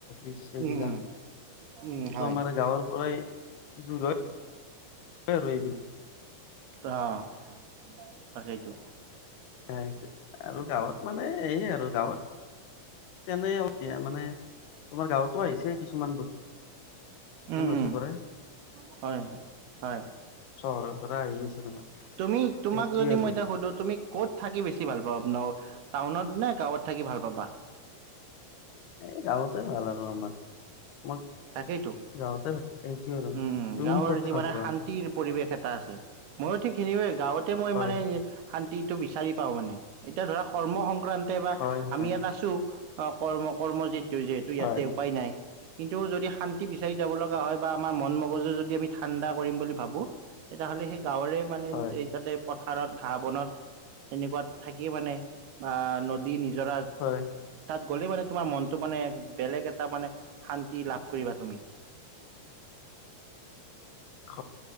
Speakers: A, on the left; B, on the right.
A: <unintelligible> বিলাকটো
B: উম, উম, উম, হয়।
A: আমাৰ গাঁৱৰ পৰাই দোৰ হয়। তই ৰুই আহিবি।
B: অ' তাকেইটো
A: সেইটো আৰু গাওঁত মানে এইয়ে আৰু গাওঁত তেনে অলপ মানে তোমাৰ গাওঁতো আহিছে কিছুমান বস্তু
B: উম,
A: নতুন
B: উম,
A: কৰে
B: হয়, হয়।
A: চহৰৰ পৰা আহি আছোঁ তোমাৰ।
B: তুমি তোমাক
A: সেইটোয়ে
B: যদি
A: আৰু
B: মই এতিয়া সুধো তুমি ক'ত থাকি বেছি ভাল পাওঁ ন টাউনত নে গাওঁত থাকি ভাল পাবা?
A: এই গাওঁতেই ভাল আৰু আমাৰ মই
B: তাকেইতো উম,
A: গাঁৱতে এইটোৱে আৰু তুমি
B: গাঁৱৰ
A: ক'ত
B: যি
A: ভাল
B: মানে
A: পোৱা?
B: শান্তিৰ পৰিৱেশ এটা এটা আছে মইয়ো ঠিক সিনে গাঁৱতে মই
A: হয়,
B: মানে শান্তিটো বিচাৰি পাওঁ মানে এতিয়া ধৰা কৰ্ম সং সংক্ৰান্তে বা
A: হয়, হয়,
B: আমি ইয়াত আছো কৰ্ম-কৰ্ম যিটো যিহেতু
A: হয়,
B: ইয়াতে উপায় নাই কিন্তু যদি শান্তি বিচাৰি যাব লগা হয় বা আমাৰ মন মগজু যদি আমি ঠাণ্ডা কৰিম বুলি ভাবো তেতিয়াহ'লে সেই গাঁৱৰে মানে
A: হয়,
B: এই তাতে পথাৰত ঘাঁহ বনত এনেকুৱাত থাকি মানে আ নদী নি <unintelligible>
A: হয়,
B: তাত গ'লে মানে তোমাৰ মনটো মানে বেলেগ এটা মানে শান্ত কি লাভ কৰিবা তুমি।
A: খ।